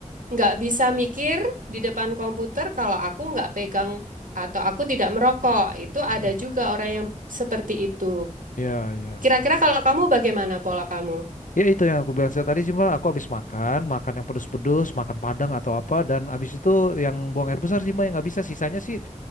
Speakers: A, on the right; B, on the left.
A: nggak bisa mikir di depan komputer kalau aku nggak pegang atau aku tidak merokok. Itu
B: Mm.
A: ada juga orang yang seperti itu.
B: Ya, ya.
A: Kira-kira kalau kamu bagaimana pola kamu?
B: Ya itu yang aku bilang saya tadi sih Mbak, aku habis makan, makan yang pedes-pedes, makan Padang atau apa dan habis itu yang buang air besar sih Mbak yang nggak bisa, sisanya sih